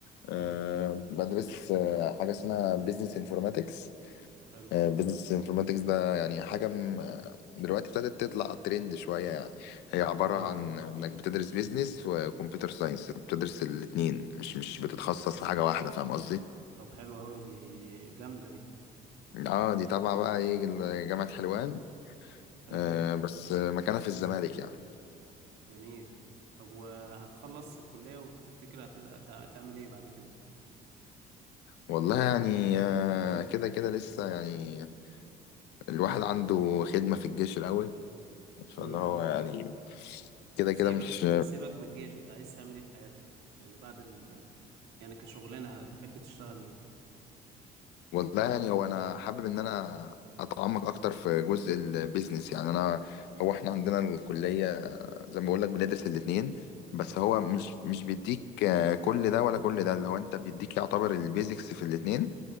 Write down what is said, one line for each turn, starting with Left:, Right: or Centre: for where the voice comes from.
Left: آه،
Right: امم
Left: بدرس آه، حاجه اسمها بيزنس انفورماتكس
Right: حلو
Left: بيزنس انفورماتكس ده يعني حاجه م- آه، دلوقتي ابتدت تطلع ترند شويه يعني هي عباره
Right: أه
Left: عن انك بتدرس بيزنس وكمبيوتر ساينس بتدرس الاتنين مش مش بتتخصص في حاجه واحده فاهم قصدي
Right: طب حلو أوي دي جامدة دي
Left: اه دي طبعا بقى ايه جامعه حلوان
Right: حلو
Left: آه،
Right: أوي
Left: بس آه، مكانها في الزمالك يعني
Right: جميل طب وهتخلص الكلية وتفتكر هت- هت- هتعمل إيه بعد كده؟
Left: والله يعني آه، كده كده لسه يعني الواحد عنده خدمة في الجيش الأول فاللي
Right: امم
Left: هو يعني كده
Right: سيبك
Left: كده مش
Right: سيبك من الجيش أنت عايز تعمل إيه في حياتك؟ يعني بعد ال يعني كشغلانة هتحب تشتغل إيه؟
Left: والله يعني هو أنا حابب إن أنا أتعمق أكتر في جزء البيزنس يعني أنا هو إحنا عندنا الكلية زي ما بقول لك بندرس الاتنين بس
Right: أه
Left: هو مش مش بيديك آه، كل ده ولا كل ده اللي هو أنت بيديك يعتبر البيزكس في الاتنين